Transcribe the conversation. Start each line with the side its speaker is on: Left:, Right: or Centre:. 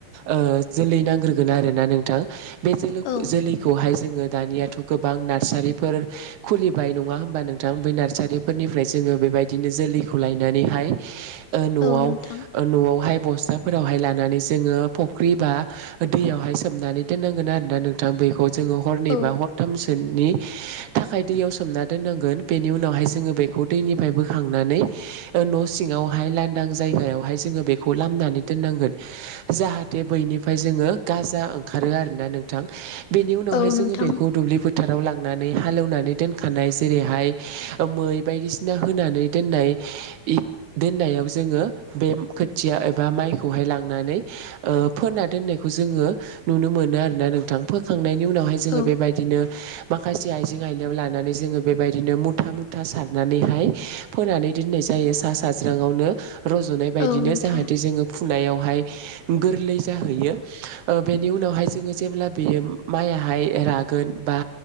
Right: ओ जोलै नांग्रोगोन आरो ना नोंथां बे जोलग
Left: औ
Right: जोलै जोंङो दानियाथ' गोबां नार्सारिफोर खुलिबाय नंङा होमबा नोंथां बै नार्सारिफोरनिफ्राय जों ङो बेबायदिनो जोलैखौ लायनानै हाय ओ न'आव
Left: औ नोंथां
Right: ओ न'आवहाय बसथा फोरावहाय लानानै जोंङो फख्रि बा दैयावहाय सोमनानै दोननांगोन आरोना नोंथां बैखौ। जोंङो हरनै
Left: औ
Right: बा हरथामसोनि थाखाय दैयाव सोमना दोननांगोन बेनि उनावहाय जोंङो बेखौ खौ दै निफ्राय बोखांनानै ओ न'सिंङावहाइ लायेन नां जायगायावहाय जोंङो बेखौ लामनानै दोननांगोन जाहाथे बैनिफ्राय जोंङो गाजा ओंखारो आरोना नोंथां बिनि उनावहाय
Left: औ
Right: जोंङो
Left: नोंथां
Right: बेखौ दुब्लि फोथार राव लांनानै हालेवनानै दोनखानाय जेरैहाय मै बायदिसिना होनानै दोननाय दि दोननायाव जोंङो बे खोथिया एबा माइखौहाय लांनानै ओ फोना दोननायखौ जोंङो नुनो मोनो आरोना नोंथां फोखांनायनि उनावहाय जोंङो
Left: औ
Right: बेबायदिनो माखासे आइजें आइलायाव लानानै जोंङो बेबायदिनो मुथा मुथा सारनानैहाय फोनानै दिन नाय जायो सा सााज्रांङावनो रज'नाय बायदिनो
Left: औ नोंथां
Right: जाहाथे जोंङो फुनायावहाय गोरलै जाहैयो ओ बेनि उनावहाय जोंङो जेब्ला बेयो माइयाहाय रागोन बा